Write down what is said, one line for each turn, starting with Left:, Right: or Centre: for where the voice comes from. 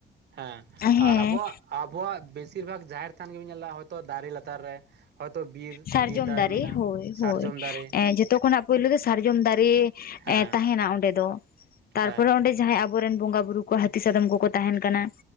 Right: ᱦᱮᱸ
Left: ᱦᱮᱸ᱾
Right: ᱟᱨ ᱟᱵᱚᱣᱟᱜ ᱟᱵᱚᱣᱟᱜ ᱵᱮᱥᱤᱨ ᱵᱷᱟᱜᱽ ᱡᱟᱦᱮᱨ ᱛᱷᱟᱱ ᱜᱤᱢ ᱧᱮᱞᱟ ᱦᱚᱭᱛᱳ ᱫᱟᱨᱮ ᱞᱟᱛᱟᱨ ᱨᱮ᱾ ᱦᱚᱭᱛᱳ ᱵᱤᱨ
Left: ᱥᱟᱨᱡᱚᱢ
Right: ᱵᱤᱨ
Left: ᱫᱟᱨᱮ,
Right: ᱢᱮᱱᱟᱜᱼᱟ
Left: ᱦᱳᱭ
Right: ᱥᱟᱨᱡᱚᱢ
Left: ᱦᱳᱭ
Right: ᱫᱟᱨᱮ
Left: ᱮ ᱡᱚᱛᱚ ᱠᱷᱚᱱᱟᱜ ᱯᱳᱭᱞᱳ ᱫᱚ ᱥᱟᱨᱡᱚᱢ ᱫᱟᱨᱮ
Right: ᱦᱮᱸ
Left: ᱛᱟᱦᱮᱱᱟ ᱚᱸᱰᱮ ᱫᱚ, ᱛᱟᱨᱯᱚᱨᱮ
Right: ᱦᱮᱸ
Left: ᱚᱸᱰᱮ ᱡᱟᱦᱟᱸᱭ ᱟᱵᱚᱨᱮᱱ ᱵᱚᱸᱜᱟ ᱵᱩᱨᱩ ᱠᱚ ᱦᱟᱹᱛᱤ ᱥᱟᱫᱚᱢ ᱠᱚᱠᱚ ᱛᱟᱦᱮᱱ ᱠᱟᱱᱟ᱾